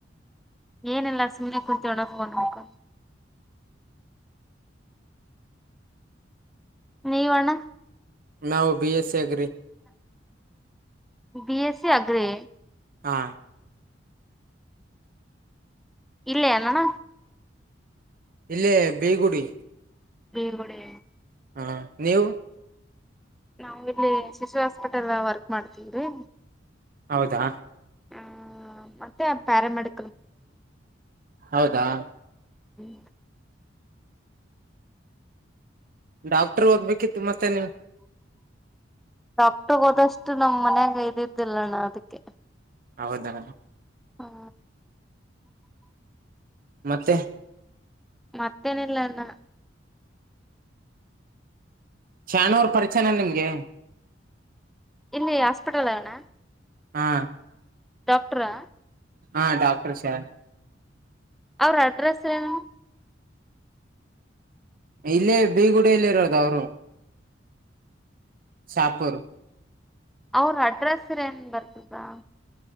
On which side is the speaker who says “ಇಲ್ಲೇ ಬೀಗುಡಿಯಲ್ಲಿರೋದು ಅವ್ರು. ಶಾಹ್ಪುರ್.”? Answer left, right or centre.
Right